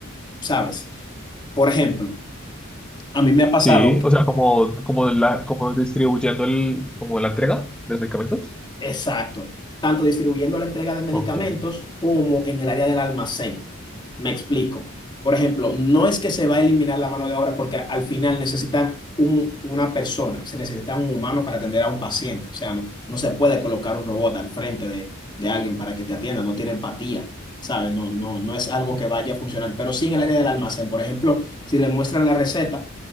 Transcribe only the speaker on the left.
¿sabes? Por ejemplo, a mí me ha pasado
Exacto, tanto distribuyendo la entrega de medicamentos
como en el área del almacén. Me explico. Por ejemplo, no es que se va a eliminar la mano de obra porque al final necesitan un- una persona, se necesita un humano para atender a un paciente. O sea, no, no se puede colocar un robot al frente de, de alguien para que te atienda, no tiene empatía, ¿sabes? No, no, no es algo que vaya a funcionar. Pero sí en el área del almacén, por ejemplo, si le muestran la receta.